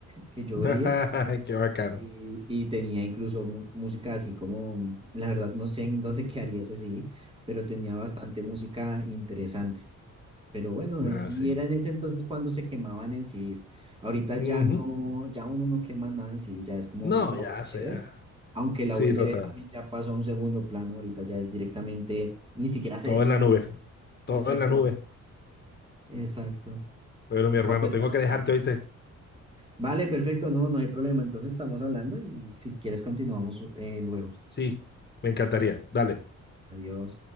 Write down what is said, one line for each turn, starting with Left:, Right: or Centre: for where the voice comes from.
Right: que yo
Left: <laughs>
Right: veía.
Left: Qué bacano.
Right: Y, y tenía incluso mu- música así como, mm, la verdad no sé en dónde <laughs> quedaría ese sí, pero tenía bastante música interesante. Pero bueno,
Left: Nada,
Right: eh, y
Left: sí.
Right: era en ese entonces cuando se quemaban en CDs. Ahorita ya
Left: Ujú.
Right: no, ya uno no quema nada en CD, ya es como
Left: No,
Right: la
Left: ya,
Right: USB,
Left: eso ya.
Right: aunque la
Left: Sí,
Right: USB
Left: total.
Right: también ya pasó a un segundo plano, ahorita ya es directamente, ni siquiera se
Left: Todo
Right: descarga.
Left: en la nube. Todo
Right: Exacto,
Left: en la nube.
Right: exacto.
Left: Bueno, mi hermano,
Right: No, pues
Left: tengo
Right: nada,
Left: que dejarte,
Right: Gabriel.
Left: ¿oíste?
Right: Vale, perfecto, no, no hay problema. Entonces estamos hablando y si quieres continuamos eh, luego.
Left: Sí, me encantaría. Dale.
Right: Adiós.